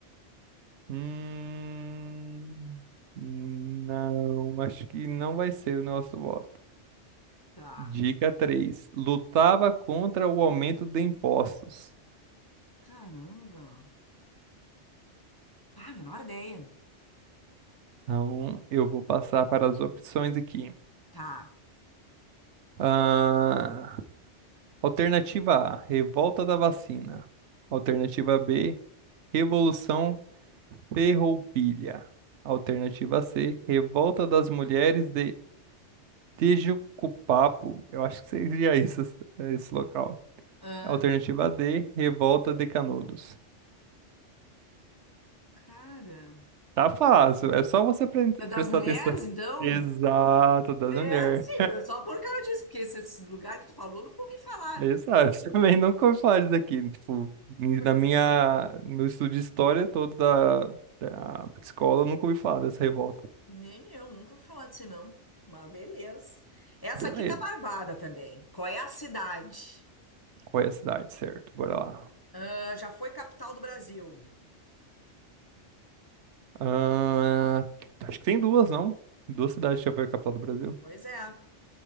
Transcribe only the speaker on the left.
Tá.
Caramba. Ah, menor ideia.
Tá.
Ah,
cara.
É das
mulheres,
então?
É,
sim, só por causa disso, porque esse esse lugar que tu falou, eu nunca ouvi falar.
Pois
Nem eu, nunca ouvi falar disso, não. Mas beleza. Essa
aqui tá barbada também. Qual é a cidade?
Ah, já foi capital do Brasil.
Pois é.